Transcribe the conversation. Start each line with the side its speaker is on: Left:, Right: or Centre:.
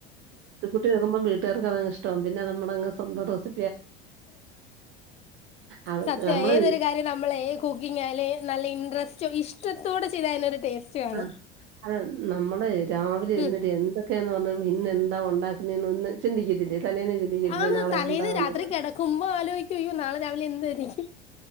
Right: ട്ട് വെുകുമ്പോ വീട്ടുകാർക്ക് അത് ഇഷ്ടം ആവും പിന്നെ നമ്മൾ അത് സ്വന്തം റെസി അവ
Left: സത്യം
Right: നമ്മള്
Left: ഏതൊരു കാര്യം നമ്മള കുക്കിംഗ് ആയാൽ ഏത് നല്ല ഇൻട്രസ്റ്റോ ഇഷ്ടത്തോടെ ചെയ്ത അതിനൊരു ടേസ്റ്റ് കാണും
Right: ആ ഹ് അല്ല നമ്മള് രാവിലെ എഴുന്നേറ്റു
Left: ഉം
Right: എന്ത ക്കെ പറഞ്ഞാ ഇന്നെന്താ ഉണ്ടാക്കുന്നന്ന് ഒന്ന് ചിന്തിക്കത്തില്ലേ തലേന്ന് ചിന്തിക്കത്തില്ല
Left: ആണ്
Right: നാളെ
Left: തലേന്ന്
Right: എന്താ
Left: രാത്രി
Right: ഇ
Left: കിടക്കുമ്പോ ആലോചിക്കും അയ്യോ നാളെ രാവിലെ എന്തായിരിക്കും